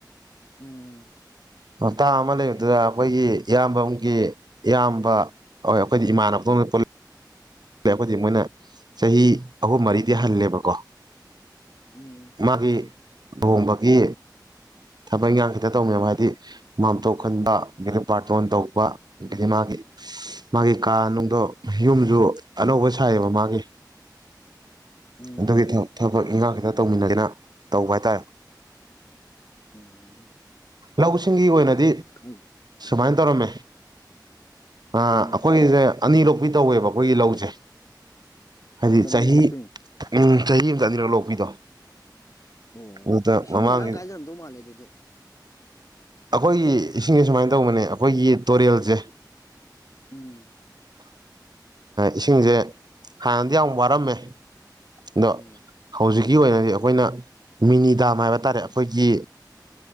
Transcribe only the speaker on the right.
ꯍꯞꯇꯥ ꯑꯃ ꯂꯩꯕꯗꯨꯗ ꯑꯩꯈꯣꯏꯒꯤ ꯏꯌꯥꯝꯕꯒꯤ ꯏꯌꯥꯝꯕ ꯍꯣꯏ ꯑꯩꯈꯣꯏꯗꯤ ꯏꯃꯥꯟꯅꯕꯄ ꯑꯩꯣꯏꯗꯤ ꯃꯣꯏꯅ ꯆꯍꯤ ꯑꯍꯨꯝ ꯃꯔꯤꯗꯤ ꯍꯜꯂꯦꯕꯀꯣ
ꯃꯥꯒꯤ ꯂꯣꯡꯕꯒꯤ ꯊꯕꯛ ꯏꯟꯈꯥꯡ ꯈꯤꯇ ꯇꯧꯅꯦꯕ ꯍꯥꯏꯗꯤ ꯃꯥꯝꯇꯣꯛ ꯈꯟꯕ ꯑꯩꯗꯒꯤ ꯕꯥꯔꯇꯣꯟ ꯇꯧ ꯑ
ꯃꯥꯒꯤ ꯃꯥꯒꯤ
ꯀꯥꯅꯨꯡꯗꯣ ꯌꯨꯝꯁꯨ ꯑꯅꯧꯕ ꯁꯥꯏꯌꯦꯕ ꯃꯥꯒꯤ
ꯑꯗꯨꯒꯤ ꯊꯕꯛ ꯏꯟꯈꯥꯡ ꯈꯤꯇ ꯇꯧꯃꯤꯟꯅꯗꯅ ꯇꯧꯕ ꯍꯥꯏꯇꯥꯔꯦ
ꯂꯧꯁꯤꯡꯒꯤ ꯑꯣꯏꯅꯗꯤ
ꯁꯨꯃꯥꯏꯅ ꯇꯧꯔꯝꯃꯦ ꯑ
ꯑꯩꯈꯣꯏꯒꯤꯁꯦ ꯑꯅꯤꯔꯣꯄꯤꯤ ꯇꯧꯋꯦꯕ ꯑꯩꯈꯣꯏꯒꯤ ꯂꯧꯁꯦ ꯍꯥꯏꯗꯤ
ꯆꯍꯤ
ꯆꯍꯤ ꯑꯃꯇꯅꯤꯔꯣ ꯂꯣꯛꯄꯤꯗꯣ
ꯑꯗꯨꯗ
ꯃꯃꯥꯡꯒꯤ
ꯑꯩꯈꯣꯏꯒꯤ ꯏꯁꯤꯡꯁꯦ ꯁꯨꯃꯥꯏꯅ ꯇꯧꯕꯅꯦ ꯑꯩꯈꯣꯏꯒꯤ ꯇꯨꯔꯦꯜꯁꯦ
ꯏꯁꯤꯡꯁꯦ ꯍꯥꯟꯅꯗꯤ ꯌꯥꯝ ꯋꯥꯔꯝꯃꯦ ꯑꯗꯣ
ꯍꯧꯖꯤꯛꯀꯤ ꯑꯣꯏꯅꯗꯤ ꯑꯩꯈꯣꯏꯅ ꯃꯤꯅꯤ ꯗꯥꯝ ꯍꯥꯏꯕ ꯇꯥꯔꯦ ꯑꯩꯈꯣꯏꯒꯤ